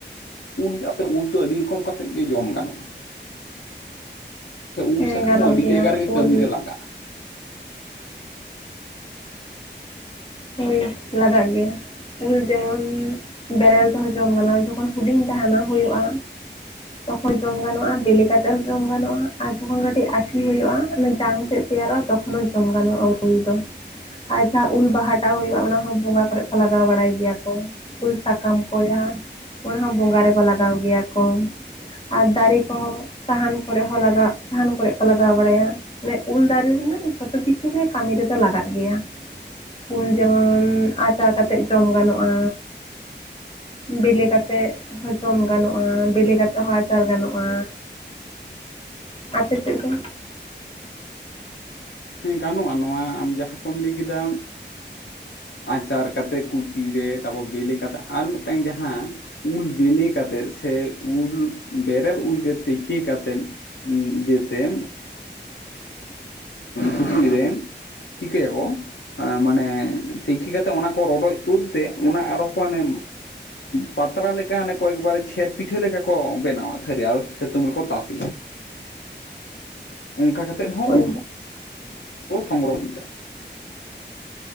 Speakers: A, on the left (about 85°); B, on the left (about 30°).
A: ᱩᱞ ᱟᱯᱮ ᱩᱞ ᱫᱚ ᱟᱹᱰᱤ ᱨᱚᱠᱚᱢ ᱠᱟᱛᱮᱫ ᱜᱮ ᱡᱚᱢ ᱜᱟᱱᱚᱜᱼᱟ᱾ ᱥᱮ ᱩᱞ
B: ᱦᱮᱸ
A: ᱥᱟᱠᱟᱢ
B: ᱜᱟᱱᱚᱜ
A: ᱦᱚᱸ ᱟᱹᱰᱤ
B: ᱜᱮᱭᱟ,
A: ᱡᱟᱭᱜᱟ ᱨᱮᱜᱮ ᱠᱟᱹᱢᱤ
B: ᱩᱞ
A: ᱨᱮ ᱞᱟᱜᱟᱜᱼᱟ
B: ᱦᱳᱭ ᱞᱟᱜᱟᱜ ᱜᱮᱭᱟ ᱩᱞ ᱡᱮᱢᱚᱱ ᱵᱮᱨᱮᱞ ᱛᱮᱦᱚᱸ ᱡᱚᱢ ᱜᱟᱱᱚᱜᱼᱟ ᱡᱚᱠᱷᱚᱱ ᱦᱩᱰᱤᱧ ᱛᱟᱦᱮᱱᱟ ᱦᱳᱭᱳᱜᱼᱟ᱾ ᱛᱚᱠᱷᱚ ᱡᱚᱢ ᱜᱟᱱᱚᱜᱼᱟ ᱵᱮᱞᱮ ᱠᱟᱛᱮ ᱦᱚᱸ ᱡᱚᱢ ᱜᱟᱱᱚᱜᱼᱟ, ᱟᱨ ᱡᱚᱠᱷᱚᱱ ᱠᱟᱹᱴᱤᱡ ᱟᱹᱴᱷᱤ ᱦᱩᱭᱩᱜᱼᱟ ᱚᱱᱟ ᱡᱟᱝ ᱛᱮᱫ ᱛᱮᱭᱟᱨᱚᱜᱼᱟ ᱛᱚᱠᱷᱚᱱ ᱦᱚᱸ ᱡᱚᱢ ᱜᱟᱱᱚᱜᱼᱟ ᱩᱞ ᱫᱚ, ᱟᱨ ᱡᱟᱦᱟᱸ ᱩᱞ ᱵᱟᱦᱟ ᱴᱟᱣ ᱦᱩᱭᱩᱜᱼᱟ ᱚᱱᱟ ᱦᱚᱸ ᱵᱚᱸᱜᱟ ᱠᱚᱨᱮ ᱠᱚ ᱞᱟᱜᱟᱣ ᱵᱟᱲᱟᱭ ᱜᱮᱭᱟ ᱠᱚ ᱩᱞ ᱥᱟᱠᱟᱢ ᱠᱚ ᱡᱟᱦᱟᱸ ᱚᱱᱟ ᱦᱚᱸᱚᱸ ᱵᱚᱸᱜᱟ ᱨᱮᱠᱚ ᱞᱟᱜᱟᱣ ᱜᱮᱭᱟ ᱠᱚ ᱟᱨ ᱫᱟᱨᱮ ᱠᱚᱦᱚᱸ᱾ ᱥᱟᱦᱟᱱ ᱠᱚᱨᱮ ᱦᱚᱸ ᱞᱟᱜᱟᱜ, ᱥᱟᱦᱟᱱ ᱠᱚᱨᱮ ᱠᱚ ᱞᱟᱜᱟᱣ ᱵᱟᱲᱟᱭᱟ᱾ ᱢᱟᱱᱮ ᱩᱞ ᱫᱟᱨᱮ ᱨᱮᱱᱟᱜ ᱡᱷᱚᱛᱚ ᱠᱤᱪᱷᱩ ᱜᱮ ᱠᱟᱢᱤ ᱨᱮᱫᱚ ᱞᱟᱜᱟᱜ ᱜᱮᱭᱟ ᱩᱞ ᱡᱮᱢᱚᱱ ᱟᱪᱟᱨ ᱠᱟᱛᱮᱫ ᱡᱚᱢ ᱜᱟᱱᱚᱜᱼᱟ ᱵᱮᱞᱮ ᱠᱟᱛᱮᱫ ᱦᱚ ᱡᱚᱢ ᱜᱟᱱᱚᱜᱼᱟ ᱵᱮᱞᱮ ᱠᱟᱛᱮᱫ ᱦᱚᱸ ᱟᱪᱟᱨ ᱜᱟᱱᱚᱜᱼᱟ ᱟᱯᱮ ᱥᱮᱫ ᱫᱚ?
A: ᱦᱮᱸ ᱜᱟᱱᱚᱜᱼᱟ ᱱᱚᱣᱟ ᱟᱢ ᱡᱟᱦᱟᱸ ᱠᱚᱢ ᱞᱟᱹᱭ ᱠᱮᱫᱟ ᱟᱪᱟᱨ ᱠᱟᱛᱮᱫ ᱠᱩᱪᱤᱨᱮ ᱛᱟᱨᱯᱚᱨ ᱵᱮᱞᱮ ᱠᱟᱛᱮᱫ ᱟᱨ ᱢᱤᱫᱴᱟᱱ ᱡᱟᱦᱟᱸ ᱩᱞ ᱵᱮᱞᱮ ᱠᱟᱛᱮᱫ ᱥᱮ ᱩᱞ ᱵᱮᱨᱮᱞ ᱩᱞ ᱜᱮ ᱛᱮᱠᱮ ᱠᱟᱛᱮᱫ ᱦᱩ ᱤᱭᱟᱹ ᱛᱮᱢ ᱴᱩᱠᱩᱡ ᱨᱮ ᱪᱤᱠᱟᱹᱭᱟᱠᱚ ᱟ ᱢᱟᱱᱮ ᱛᱮᱠᱮ ᱠᱟᱛᱮᱫ ᱚᱱᱟ ᱠᱚ ᱨᱚᱰᱚᱡ ᱛᱳᱫ ᱛᱮ ᱚᱱᱟ ᱟᱨᱚᱸ ᱠᱚ ᱚᱱᱮ ᱯᱟᱛᱲᱟ ᱞᱮᱠᱟ ᱮᱱᱮ ᱠᱚ ᱮᱠᱵᱟᱨᱮ ᱪᱷᱮᱨ ᱯᱤᱴᱷᱟᱹ ᱞᱮᱠᱟ ᱠᱚ ᱵᱮᱱᱟᱣᱟ ᱛᱷᱟᱹᱨᱤ ᱟᱨ ᱥᱮᱛᱩᱝ ᱨᱮᱠᱚ ᱛᱟᱥᱮᱭᱟ, ᱚᱱᱠᱟ ᱠᱟᱛᱮ ᱦᱚᱸ
B: ᱦᱳᱭ
A: ᱩᱞ ᱠᱚ <unintelligible>